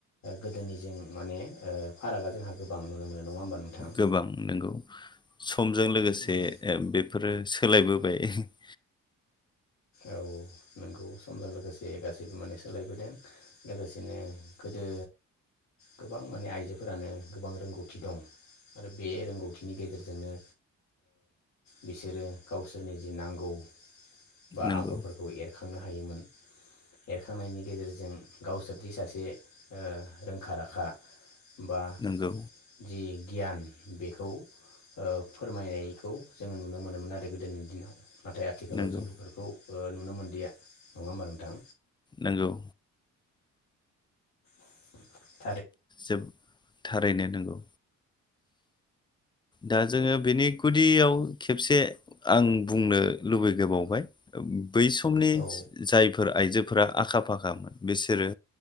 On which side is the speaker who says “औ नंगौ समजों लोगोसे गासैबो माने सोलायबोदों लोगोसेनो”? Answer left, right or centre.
Left